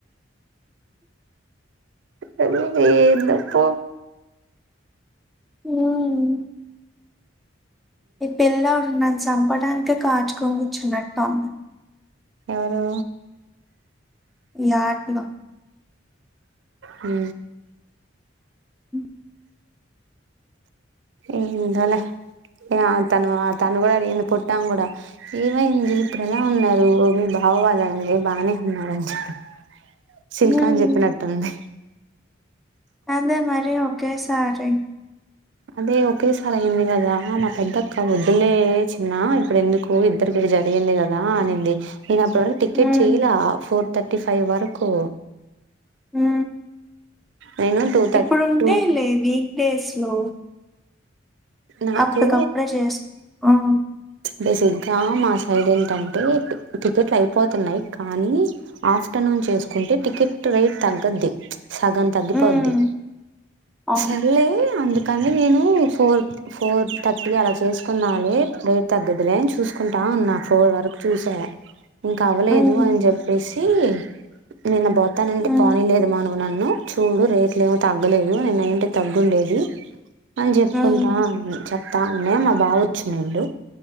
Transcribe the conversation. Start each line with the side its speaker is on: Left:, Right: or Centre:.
Right: సరిపోయింద పొ
Centre: మ్ ఈ పిల్లోడు నన్ను చంపడానికే కాచుకొని కూర్చున్నట్టుంది
Right: ఎవరు
Centre: ఈ ఆటలో
Right: ఊ
Centre: ఉ
Right: ఎందోలే ఏ తను ఆ తను కూడా అడిగింది పొట్ట ఆమె కూడా ఏమైంది ఇప్పుడు ఎలా ఉన్నారు మీ బా అవ్వాలండి బానే ఉన్నారని చెప్ప సిల్కా
Centre: హ్మ్.
Right: అని చెప్పినట్టుంది
Centre: అదే మరి ఒకేసారి
Right: అదే ఒకేసారి అయింది కదా మా పెద్దక్క వద్దులే చిన్న ఇప్పుడు ఎందుకు ఇద్దరికి జరిగింది కదా అనింది నేను అప్పుడు వరకు టికెట్
Centre: హ్మ్.
Right: చేయలా ఫోర్ తథర్టీ ఫైవ్ వరకు
Centre: ఊ
Right: నేను టూ థర్
Centre: ఇప్పుడు ఉంటాయ్
Right: టూ
Centre: లే వీక్డేస్ లో
Right: నాకు
Centre: అప్పుకప్పుడే చేసుకొం
Right: బేసిక్గా మా సైడ్ ఏంటంటే టికెట్లు అయిపోతున్నాయి కానీ ఆఫ్టర్నూన్ చేసుకుంటే టికెట్ రేట్ తగ్గుద్ది సగం తగ్గిపోద్ది
Centre: హ్మ్. అవును.
Right: సర్లే అందుకు కానీ నేను ఫోర్ ఫోర్ థర్టీ అలా చేసుకున్నా లే లేట్ తగ్గదులేని చూసుకుంటా ఉన్న ఫోర్ వరకు చూసా ఇంక అవ్వలేదు
Centre: హ్మ్.
Right: అని చెప్పేసి తీ నిన్న పోతానంటే
Centre: హ్మ్.
Right: పోనీ లేదు మన నన్ను చూడు రేట్లు ఏమో తగ్గలేదు నీన్న అయ్యుంటే తగ్గుండేది అని చెప్పుకుంటా
Centre: హ్మ్.
Right: ఉన్నా చెప్తా అన్నా మా బావ వచ్చినాడు